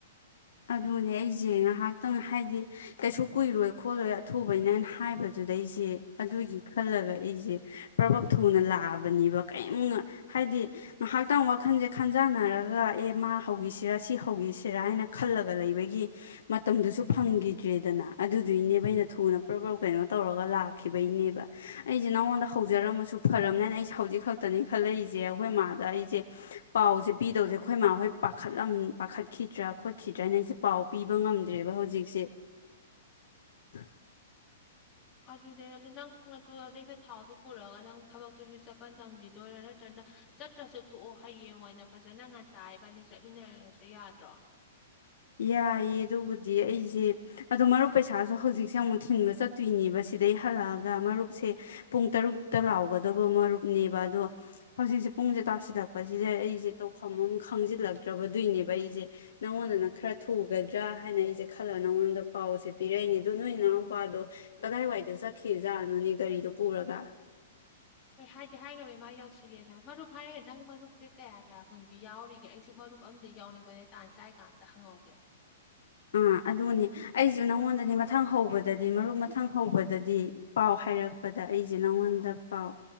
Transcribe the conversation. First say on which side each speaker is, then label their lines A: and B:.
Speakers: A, on the left; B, on the left.
A: ꯑꯗꯨꯅꯦ ꯑꯩꯁꯦ ꯉꯥꯏꯍꯥꯛꯇꯪ ꯍꯥꯏꯗꯤ ꯀꯩꯁꯨ ꯀꯨꯏꯔꯣꯏ ꯈꯣꯠꯂꯣꯏ ꯑꯊꯨꯕꯩꯅꯦꯅ ꯍꯥꯏꯕꯗꯨꯗ ꯑꯩꯁꯦ ꯑꯗꯨꯒꯤ ꯈꯜꯂꯒ ꯑꯩꯁꯦ ꯄ꯭ꯔꯕꯞ ꯊꯨꯅ ꯂꯥꯛꯑꯕꯅꯦꯕ ꯀꯔꯤꯝ ꯍꯥꯏꯗꯤ ꯉꯥꯏꯍꯥꯛꯇꯪ ꯋꯥꯈꯜꯁꯦ ꯈꯟꯖꯥꯟꯅꯔꯒ ꯑꯦ ꯃꯥ ꯍꯧꯈꯤꯁꯤꯔ ꯁꯤ ꯍꯧꯈꯤꯁꯤꯔꯥ ꯍꯥꯏꯅ ꯈꯜꯂꯒ ꯂꯩꯕꯒꯤ ꯃꯇꯝꯗꯨꯁꯨ ꯐꯪꯈꯤꯗ꯭ꯔꯦꯗꯅ ꯑꯗꯨꯗꯨꯒꯤꯅꯦꯕꯩꯅ ꯊꯨꯅ ꯄ꯭ꯔ ꯀꯩꯅꯣ ꯇꯧꯔꯒ ꯂꯥꯛꯈꯤꯕꯒꯤꯅꯦꯕ ꯑꯩꯁꯦ ꯅꯉꯣꯟꯗ ꯍꯧꯖꯔꯝꯃꯁꯨ ꯐꯝꯅꯦꯅ ꯑꯩꯁꯦ ꯍꯧꯖꯤꯛ ꯈꯛꯇꯅꯦ ꯈꯜꯂꯛꯏꯁꯦ ꯑꯩꯈꯣꯏ ꯃꯥꯗ ꯑꯩꯁꯦ ꯄꯥꯎꯁꯦ ꯄꯤꯗꯧꯁꯦ ꯑꯩꯈꯣꯏ ꯃꯥ ꯍꯣꯏ ꯄꯥꯈꯠ ꯄꯥꯈꯠꯈꯤꯗ꯭ꯔꯥ ꯈꯤꯗ꯭ꯔꯅ ꯑꯩꯁꯦ ꯄꯥꯎ ꯄꯤꯕ ꯉꯝꯗ꯭ꯔꯦꯕ ꯍꯧꯖꯤꯛꯁꯦ <inaudible>
B: ꯑꯗꯨꯅꯦ ꯅꯦ ꯑꯗꯨ ꯅꯪ ꯑꯗꯨ ꯑꯗꯩꯅ ꯊꯥꯎꯗꯨ ꯄꯨꯔꯛꯒ ꯅꯪ ꯊꯕꯛꯇꯨꯗꯤ ꯆꯠꯄ ꯅꯪꯈꯤꯗꯣꯏꯔꯥ ꯅꯠꯇ꯭ꯔꯒꯅ ꯆꯠꯇ꯭ꯔꯁꯨ ꯇꯣꯛꯑꯣ ꯍꯌꯦꯡ ꯑꯣꯏꯅ ꯐꯖꯅ ꯉꯥꯟꯇꯥꯏꯕꯅꯤ ꯆꯠꯃꯤꯟꯅꯔꯁꯨ ꯌꯥꯗ꯭ꯔꯣ
A: ꯌꯥꯏꯌꯦ ꯑꯗꯨꯕꯨꯗꯤ ꯑꯩꯁꯦ ꯑꯗꯣ ꯃꯔꯨꯞ ꯄꯩꯁꯥꯁꯨ ꯍꯧꯖꯤꯛꯁꯦ ꯑꯃꯨꯛ ꯊꯤꯟꯕ ꯆꯠꯇꯣꯏꯅꯦꯕ ꯁꯤꯗꯩ ꯍꯜꯂꯛꯑꯒ ꯃꯔꯨꯞꯁꯦ ꯄꯨꯡ ꯇꯔꯨꯛꯇ ꯂꯥꯎꯒꯗꯧꯕ ꯃꯔꯨꯞꯅꯦꯕ ꯑꯗꯣ ꯍꯧꯖꯤꯛꯁꯦ ꯄꯨꯡꯁꯦ ꯇꯥꯁꯤꯜꯂꯛꯄꯁꯤꯗ ꯑꯩꯁꯦ ꯇꯧꯐꯝ ꯑꯃ ꯈꯪꯖꯤꯜꯂꯛꯇ꯭ꯔꯕꯗꯨꯏꯅꯦꯕ ꯑꯩꯁꯦ ꯅꯪꯉꯣꯟꯗ ꯑꯗꯨꯅ ꯈꯔ ꯊꯨꯒꯗ꯭ꯔꯥ ꯍꯥꯏꯅ ꯑꯩꯁꯦ ꯈꯜꯂꯒ ꯅꯪꯉꯣꯟꯗ ꯄꯥꯎꯁꯦ ꯄꯤꯔꯛꯏꯅꯦ ꯑꯗꯨ ꯅꯣꯏ ꯏꯅꯥꯎꯄꯥꯗꯣ ꯀꯗꯥꯏꯋꯥꯏꯗ ꯆꯠꯈꯤꯖꯥꯠꯅꯣꯅꯦ ꯒꯥꯔꯤꯗꯣ ꯄꯨꯔꯒ
B: ꯑꯩ ꯍꯥꯏꯗꯤ ꯍꯥꯏꯈ꯭ꯔꯕꯩ ꯃꯥ ꯌꯧꯁꯤꯜꯂꯦꯅ ꯃꯔꯨꯞ ꯍꯥꯏꯔꯒꯦ ꯅꯪ ꯃꯔꯨꯞꯁꯦ ꯀꯌꯥ ꯀꯌꯥ ꯍꯨꯟꯕꯤ ꯌꯥꯎꯔꯤꯒꯦ ꯑꯩꯁꯨ ꯃꯔꯨꯞ ꯑ ꯌꯥꯎꯅꯤꯡꯕꯅꯦ ꯇꯥꯟ ꯆꯥꯏ ꯀ ꯑꯝꯇ ꯍꯪꯍꯧꯒꯦ
A: ꯑꯥ ꯑꯗꯨꯅꯦ ꯑꯩꯁꯨ ꯅꯪꯉꯣꯟꯗꯗꯤ ꯃꯊꯪ ꯍꯧꯕꯗꯗꯤ ꯃꯔꯨꯞ ꯃꯊꯪ ꯍꯧꯕꯗꯗꯤ ꯄꯥꯎ ꯍꯥꯏꯔꯛꯄꯗ ꯑꯩꯁꯦ ꯅꯪꯉꯣꯟꯗ ꯄꯥꯎ